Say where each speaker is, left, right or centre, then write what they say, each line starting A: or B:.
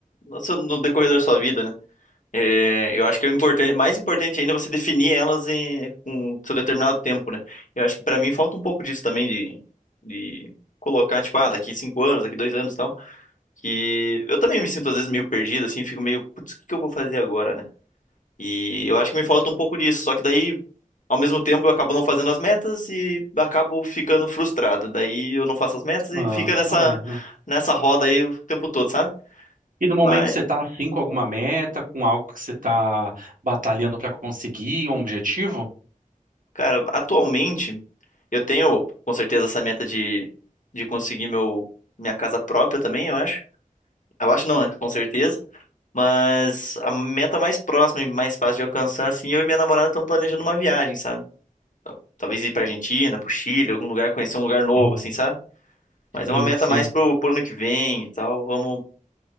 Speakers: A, on the left; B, on the right.
A: No, seu- no decorrer da sua vida, né? É, eu acho que é importante, mais importante ainda é você definir elas em com seu determinado tempo, né? Eu acho que pra mim falta um pouco disso também de, de colocar, tipo, ah, daqui cinco anos, daqui dois anos, e tal. que eu também me sinto às vezes meio perdido, assim, fico meio, putz, o que que eu vou fazer agora, né? E eu acho que me falta um pouco disso, só que daí, ao mesmo tempo, eu acabo não fazendo as metas e acabo ficando frustrado. Daí eu não faço as metas e
B: Ah,
A: fica nessa
B: uma merda.
A: nessa roda aí o tempo todo, sabe?
B: E no momento
A: Mas,
B: você tá assim com alguma meta, com algo que você tá batalhando para conseguir, um objetivo?
A: cara, atualmente eu tenho com certeza essa meta de de conseguir meu minha casa própria também, eu acho. Eu acho não, né? Com certeza. Mas a meta mais próxima e mais fácil de alcançar, assim, eu e minha namorada estamos planejando uma viagem, sabe? Talvez ir pra Argentina, pro Chile, algum lugar, conhecer um lugar novo,
B: Hum.
A: assim, sabe? Mas
B: Sim,
A: é uma meta
B: sim,
A: mais pro, pro ano que vem e tal. Vamos.